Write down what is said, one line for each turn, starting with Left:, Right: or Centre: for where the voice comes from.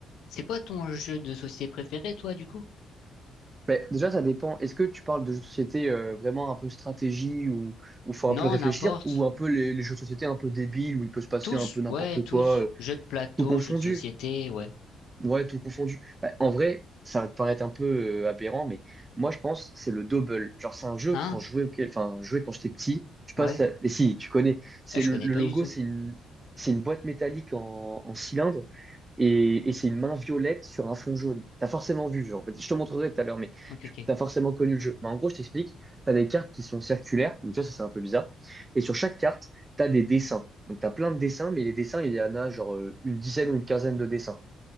Left: C'est quoi ton jeu de société préféré, toi, du coup?
Right: Ben, déjà, ça dépend. Est-ce que tu parles de jeux de société euh, vraiment un peu stratégie ou où faut
Left: Non,
Right: un peu réfléchir
Left: n'importe.
Right: ou un peu les, les jeux de société un peu débiles où il peut se passer
Left: Tous,
Right: un peu n'importe
Left: ouais, tous.
Right: quoi, euh,
Left: Jeu de plateau,
Right: tout confondu?
Left: jeu de société, ouais.
Right: Ouais, tout confondu. Bah, en vrai, ça va te paraître un peu euh, aberrant, mais moi, je pense c'est le double. Genre, c'est un jeu
Left: Hein?
Right: quand je jouais, auquel- enfin, je jouais quand j'étais petit. Je
Left: Ouais.
Right: passe, à... mais si, tu connais. C'est
Left: Ah, je
Right: le,
Left: connais
Right: le
Left: pas
Right: logo,
Left: du tout.
Right: c'est une, c'est une boîte métallique en, en cylindre et, et c'est une main violette sur un fond jaune. T'as forcément vu, genre. Je te montrerai tout à l'heure, mais
Left: Ok, ok.
Right: t'as forcément connu le jeu. Mais en gros, je t'explique. T'as des cartes qui sont circulaires, donc ça, ça, c'est un peu bizarre. Et sur chaque carte, t'as des dessins. Donc, t'as plein de dessins, mais les dessins, il y en a genre euh, une dizaine ou une quinzaine de dessins.